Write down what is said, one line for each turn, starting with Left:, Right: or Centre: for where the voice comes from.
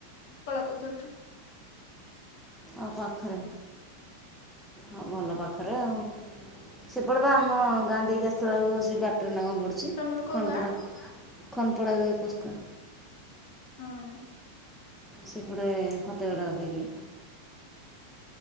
Left: କଳାପଥରଠୁ
Centre: ଓ ହୋ ପାଖରେ। ହଁ ଭଲ ପାଖରେ ଆଉ ସେପଟ ବା ଆମ ଗାଁ ଦେଇ ଆସିଥିବ ସେ <unintelligible> ଅଛି
Left: ତମର କୋଉ
Centre: ଖନପଡ଼ା
Left: ଗାଁ
Centre: ଖନପଡ଼ା ଦେ କୋସ୍କା।
Left: ହଁ।
Centre: ସେପଟେ ଖତେଗଡ଼ା ଦେଇକି।